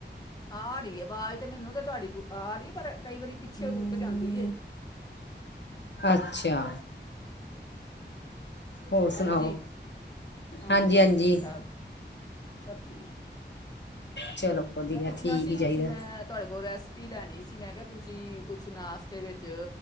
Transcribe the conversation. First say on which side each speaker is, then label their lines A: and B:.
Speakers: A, on the left (about 20°); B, on the left (about 70°).
A: ਆ ਰਹੀ ਆਵਾਜ਼ ਤੇ ਮੈਨੂੰ ਤੇ ਤੁਹਾਡੀ ਆ ਰਹੀ ਪਰ, ਕਈ ਵਾਰੀ ਪਿੱਛੇ ਰੁਕ ਜਾਂਦੀ।
B: ਅੱਛਾ। ਹੋਰ ਸੁਣਾਓ
A: ਹਾਂਜੀ, ਹਾਂ
B: ਹਾਂਜੀ
A: ਸਭ
B: ਹਾਂਜੀ
A: ਠੀਕ -ਠਾਕ ਸਭ ਠੀਕ।
B: ਚਲੋ ਵਧੀਆ
A: ਮੈਂ ਪੁੱਛਣਾ
B: ਠੀਕ
A: ਸੀ,
B: ਹੀ ਚਾਹੀਦਾ
A: ਮੈਂ ਤੁਹਾਡੇ ਕੋਲ ਰੈਸ ਪੀ ਲੈਣੀ ਸੀ, ਮੈਂ ਕਿਹਾ ਤੁਸੀਂ ਕੁਛ ਨਾਸ਼ਤੇ ਵਿੱਚ